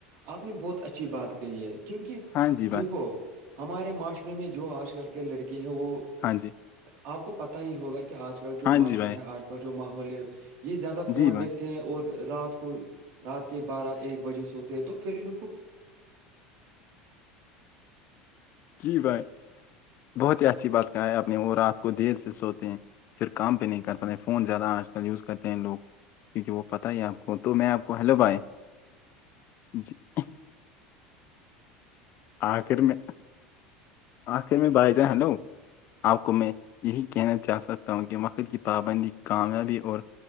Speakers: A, on the right; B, on the left.
A: آپ نے بہت اچھی بات کہی ہے کیونکہ
B: ہاں جی بھائی
A: دیکھو ہمارے معاشرے میں جو آج کل کے لڑکے ہیں وہ
B: ہاں جی
A: آپ کو پتا ہی ہوگا کہ آج کل جو
B: ہاں
A: معاشرہ
B: جی بھائی
A: ہے آج کل جو ماحول ہے یہ زیادہ فون
B: جی بھائی
A: دیکھتے ہیں اور رات کو رات کے بارہ ایک بجے سوتے تو پھر ان کو
B: جی بھائی بہت ہی اچھی بات کہا ہے آپ نے وہ رات کو دیر سے سوتے ہیں پھر کام پہ نہیں کر پاتے فون زیادہ آج کل یوز کرتے ہیں لوگ کیونکہ وہ پتہ ہی آپ کو وہ تو میں آپ کو ہیلو بھائی جان آخر میں آخر میں بھائی جاں ہیلو آپ کو میں یہی کہنا چاہ سکتا ہوں کہ وقت کی پابندی کامیابی اور